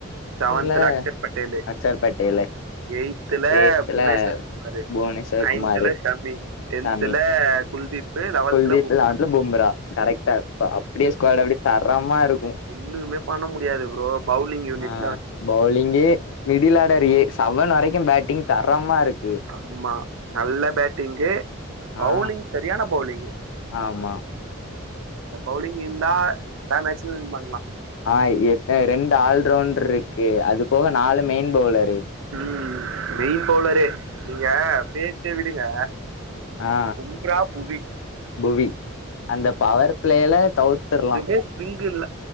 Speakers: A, on the right; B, on the left.
A: செவன்த்துல
B: செவன்ல
A: அக்ஷர் பட்டேலு
B: அக்சர் பட்டேலு
A: எயித்துல
B: எய்த்துல
A: புவனேஸ்வர் குமாரு
B: புவனேஸ்வர்
A: நைன்த்துல
B: குமாரு
A: ஷமி டென்த்துல
B: சாமி
A: குல்தீப் லெவல்த்தில்
B: குல்தீப்
A: பும்ரா
B: இல்ல அது பும்ரா கரெக்ட்டா இப்ப அப்டியே ஸ்குவாடு அப்டே தரமா இருக்கு
A: ஒண்ணுமே பண்ண முடியாது ப்ரோ பௌவுலிங் யூனிட்
B: அ பௌவுலிங்கி மிடில் ஆடர் ஏ சவன் வரைக்கு பேட்டிங் தரமாருக்கு
A: ஆமா நல்ல பேட்டிங்கு பௌலிங்
B: ஆ
A: செரியான பௌவுலிங்கு
B: ஆமா
A: இந்த பௌவுலிங் இந்தா எல்லா மேச்சுமே வின் பண்லா
B: அ எத்த ரெண்டு ஆல்ரவுண்ட்ருக்கு அது போக நாலு மெயின் பௌவுலரு
A: ம் மெயின் பௌவுலரே நீங்க பேச்ச விடுங்க
B: அ
A: பும்ரா புவி
B: புவி அந்த பவர்ப்ளேல தவுத்தர்லா
A: ஏ ஸ்விங்குல்ல